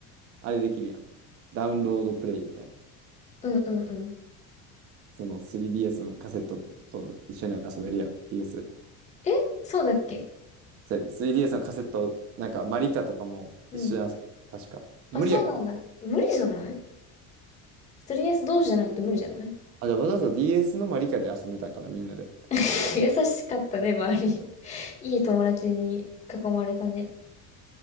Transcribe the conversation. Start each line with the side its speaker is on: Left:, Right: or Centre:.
Right: あれできるやん。ダウンロードプレイみたいな。
Left: うんうんうん。
Right: その 3DS のカセットと一緒に遊べるやん。DS。
Left: えそうだっけ
Right: そうやで 3DS のカセット、なんかマリカとかも一緒に遊べる。
Left: うん。
Right: 確か。
Left: あ、
Right: 無理やっ
Left: そうなんだ。無理じゃない ?3DS 同士じゃないと無理じゃない
Right: あ、じゃあわざわざ DS のマリカで遊んでたんかな、みんなで。
Left: <laughs> 優しかったね、周り。<laughs> いい友達に囲まれたね。